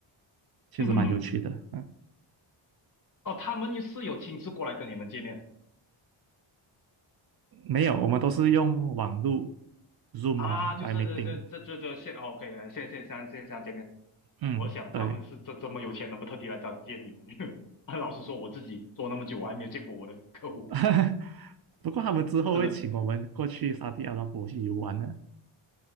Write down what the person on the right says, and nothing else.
确实蛮有趣的。
嗯，
没有，我们都是用网络 Zoom
啊来
meeting。
嗯，
对。
<laughs> 不过他们之后会请我们过去沙地阿拉伯去游玩的。